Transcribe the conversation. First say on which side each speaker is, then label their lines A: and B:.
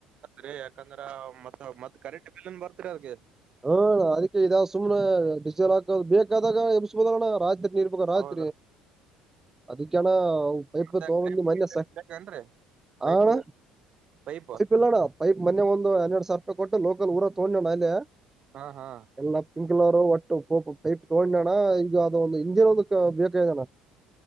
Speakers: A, on the right; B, on the right.
A: ರಿ ಯಾಕಂದ್ರ ಮತ್ ಮತ್ ಕರೆಂಟ್ ಬಿಲ್ನ್ ಬರ್ತ್ರಿ ಅದ್ಗೆ
B: ಹ್ಮ ಅದಕ್ಕೆ ಇದಾವ ಸುಮ್ನೆ ಡಿಸಲ್ ಹಾಕೋ ಬೇಕಾದಾಗ ಎಬಸಬೋದಣ ರಾಜ ನೀರ್ಬೇಕ ರಾತ್ರಿ
A: ಹೌದ
B: ಅದಕ್ಕ ಅಣ್ಣ ಪಯಪ
A: ಮತ್ತೆ
B: ತೋಗಂದು ಮನೆಯಸ
A: ಬೇಕೇನ್ರಿ ಪೈಪು
B: ಅಣ್ಣ
A: ಪೈಪ್
B: ಪಯಪ ಇಲ್ಲಡಾ ಪೈಪ್ ಮನೆ ಒಂದು ಹನ್ನೆಡ ಸಾವಿರ ರೂಪಾಯಿ ಕೊಟ್ಟು ಲೋಕಲ್ ಊರ ತಗೊಂಡೋ ಅಣ್ಣ ಅಲ್ಲಿ
A: ಹಾ ಹಾ.
B: ಎಲ್ಲ ಪಿಂಕ್ ಕಲರ್ ಒಟ್ಟು <unintelligible> ತಗೊಂಡಣ್ಣ ಈಗ ಅದ ಒಂದು ಇಂಜಿನ್ <unintelligible>